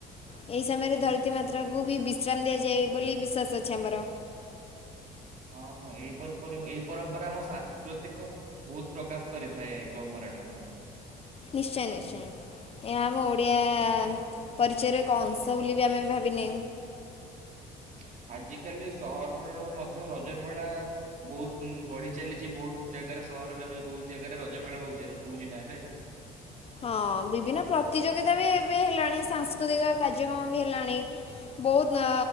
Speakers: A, on the left; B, on the right.
A: ଏହି ସମୟରେ ଧରିତ୍ରୀ ମାତ୍ରାଙ୍କୁ ବି ବିଶ୍ରାମ ଦିଆଯାଏ ବୋଲି ବିଶ୍ୱାସ ଅଛି ଆମର
B: <inaudible> ହଁ ହଁ ଏଇ ଏଇ ପରମ୍ପରା ଆମ ସାଂସ୍କୃତିକ ବହୁତ ପ୍ରକାଶ କରିଥାଏ ଏଇ ପରମ୍ପରାଟା ମର।
A: ନିଶ୍ଚୟ ନିଶ୍ଚୟ ଏହା ଆମ ଓଡିଆ ପରିଚୟରେ କଂସ ବୋଲି ବି ଆମେ ଭାବିନେ
B: <inaudible> ଆଜି କାଲି ସହରର ମଧ୍ୟ ରଜମେଳା ବହୁତ ବଢି ଚାଲିଛି ବହୁତ ଜାଗାରେ ସହରରେ ବହୁତ ଜାଗାରେ ରଜମେଳା ହଉ ହଉଛି ନା ଏବେ
A: ହଁ ବିଭିନ୍ନ ପ୍ରତିଯୋଗିତା ବି ଏବେ ହେଲାଣି ସାଂସ୍କୃତିକ କାର୍ଯ୍ୟକ୍ରମ ବି ହେଲାଣି ବହୁତ